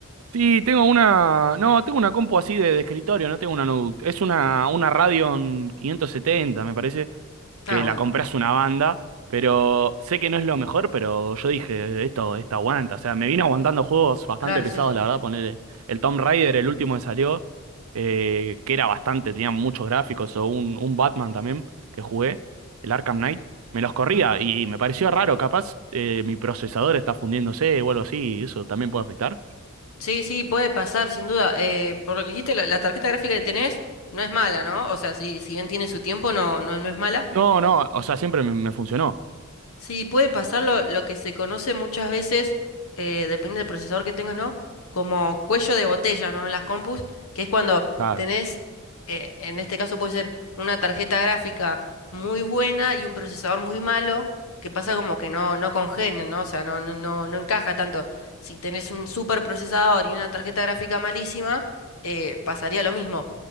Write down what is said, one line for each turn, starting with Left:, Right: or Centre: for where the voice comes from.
Right: Sí, tengo una. No, tengo una compu así de, de escritorio, no tengo una notebook.
Left: Mm.
Right: Es una, una Radeon 570, me parece, que
Left: Ah, bueno,
Right: la compras una banda, pero sé que no es lo mejor, pero yo dije, esto, esto aguanta. O sea, me vino aguantando juegos bastante
Left: claro,
Right: pesados,
Left: sí, sí.
Right: la verdad, poner el Tomb Raider, el último que salió, eh, que era bastante, tenía muchos gráficos, o un, un Batman también que jugué, el Arkham Knight. Me los corría
Left: Ujú.
Right: y me pareció raro, capaz eh, mi procesador está fundiéndose o algo así, y eso también puede afectar.
Left: Sí, sí, puede pasar, sin duda. Eh, por lo que dijiste, la, la tarjeta gráfica que tenés no es mala, ¿no? O sea, si, si bien tiene su tiempo, no, no, no es mala.
Right: No, no, o sea, siempre me, me funcionó.
Left: Sí, puede pasar lo, lo que se conoce muchas veces, eh, depende del procesador que tengas, ¿no? Como cuello de botella, ¿no? En las compus, que es cuando
Right: Claro.
Left: tenés, eh, en este caso puede ser una tarjeta gráfica muy buena y un procesador muy malo, que pasa como que no, no congenian, ¿no? O sea, no, no, no, no encaja tanto. Si tenés un super procesador y una tarjeta gráfica malísima, eh, pasaría lo mismo.